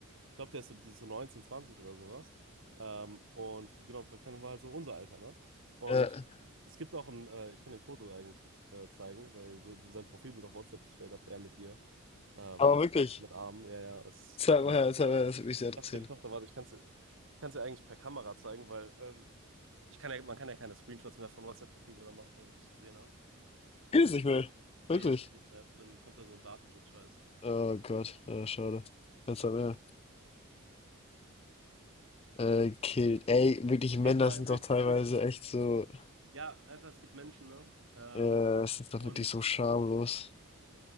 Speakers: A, on the right (about 60°); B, on the left (about 25°).
A: ich glaube, der ist so, die ist so 19, 20 oder sowas. Ähm, und die, genau, Praktikantin war halt so unser Alter, ne? Und
B: Ja.
A: es gibt auch ein, äh, ich kann dir Foto eigentlich äh, zeigen, weil se- sein Profilbild auf WhatsApp ist straight up er mit ihr. Ähm,
B: Aber wirklich,
A: mit Armen, ja, ja, ist
B: zweimal
A: schlimm.
B: her,
A: Ich
B: zweimal her, das hat mich sehr interessiert.
A: dachte, die Tochter, warte, ich kann es dir kann's dir eigentlich per Kamera zeigen, weil ähm, ich kann ja, man kann ja keine Screenshots mehr von whatsapp profilen machen, wenn du das gesehen hast.
B: Geht es nicht mehr. Wirklich.
A: Nee, es geht nicht mehr. Dann kommt da so ein Datenschutz-Scheiß.
B: Oh Gott, ja, schade. Jetzt
A: Hier,
B: haben
A: warte.
B: wir.
A: mal.
B: Äh, killt. Ey, wirklich Männer
A: Es war
B: sind
A: durch,
B: doch teilweise echt so,
A: ja, einfach, es gibt Menschen, ne? Ähm,
B: äh, es ist doch
A: und,
B: wirklich so schamlos.